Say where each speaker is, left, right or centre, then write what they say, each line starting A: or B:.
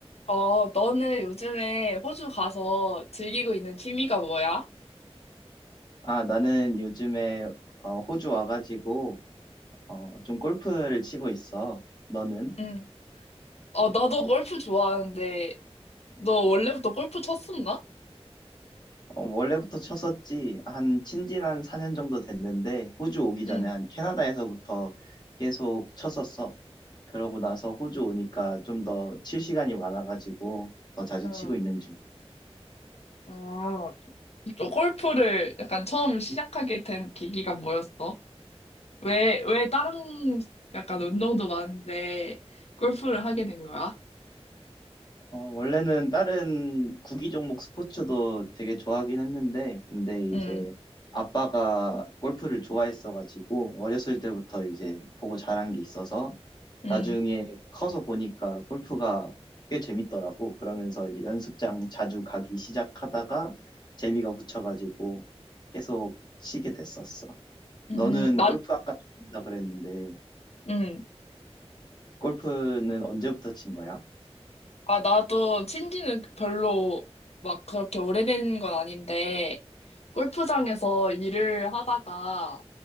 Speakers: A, on the left; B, on the left.
A: 어, 너는 요즘에 호주 가서 즐기고 있는 취미가 뭐야?
B: 아, 나는 요즘에 어, 호주 와가지고 어, 좀 골프를 치고 있어. 너는?
A: 응. 어, 나도 골프 좋아하는데, 너 원래부터 골프 쳤었나?
B: 어, 원래부터 쳤었지. 한 친지 한 4년 정도 됐는데 호주 오기 전에
A: 응.
B: 한 캐나다에서부터 계속 쳤었어. 그러고 나서 호주 오니까 좀 더 칠 시간이 많아가지고 더 자주
A: 어,
B: 치고 있는 중이야.
A: 어, 또 골프를 약간 처음 시작하게 된 계기가 뭐였어? 왜, 왜 다른 약간 운동도 많은데 골프를 하게 된 거야?
B: 어, 원래는 다른 구기 종목 스포츠도 되게 좋아하긴 했는데, 근데
A: 응,
B: 이제 아빠가 골프를 좋아했어가지고, 어렸을 때부터 이제 보고 자란 게 있어서,
A: 응,
B: 나중에 커서 보니까 골프가 꽤 재밌더라고. 그러면서 이제 연습장 자주 가기 시작하다가 재미가 붙여가지고 계속 치게 됐었어.
A: 응
B: 너는
A: 난,
B: 골프 아까 친다 그랬는데,
A: 응.
B: 골프는 언제부터 친 거야?
A: 아, 나도 친지는 별로 막 그렇게 오래된 건 아닌데, 골프장에서 일을 하다가,